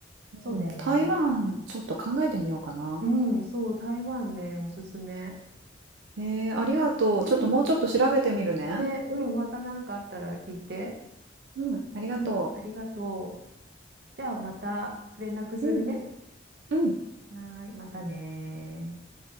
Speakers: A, on the right (about 75°); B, on the right (about 60°).
A: うん、
B: そうだよね。
A: 台湾ちょっと考えてみようかな。
B: うん、そう、台湾ね、
A: うん
B: おすすめ。
A: えー、ありがとう。
B: うん。
A: ちょっともうちょっと調べてみるね。
B: ね、うん、また何かあったら聞いて。
A: うん、ありがと
B: うん、ありがとう。じゃあ、また連絡するね。
A: う。うん、うん。
B: はーい、またねー。